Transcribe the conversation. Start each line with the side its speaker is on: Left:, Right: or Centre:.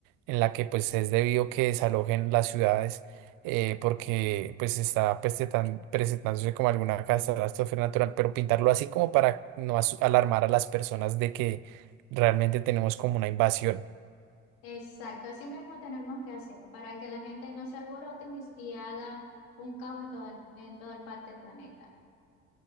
Right: en la que pues es debido que desalojen las ciudades eh, porque pues está pues, tan- presentándose como alguna catástrofe natural, pero pintarlo así como para no asu- alarmar a las personas de que realmente tenemos como una invasión.
Left: Exacto, así mismo tenemos que hacer para que la gente no se alborote ni, y haga un caos en todo el- en toda parte del planeta.